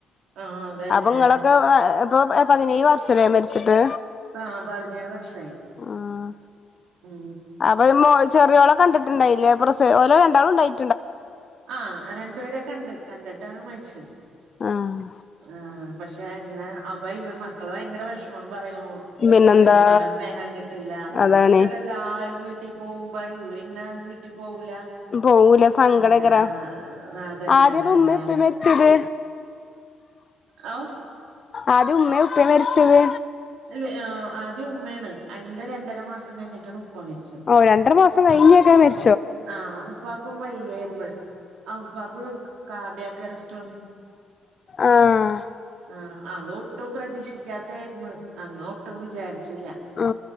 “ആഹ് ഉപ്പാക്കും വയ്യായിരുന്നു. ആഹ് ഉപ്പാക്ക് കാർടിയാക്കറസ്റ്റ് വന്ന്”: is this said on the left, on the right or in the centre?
Right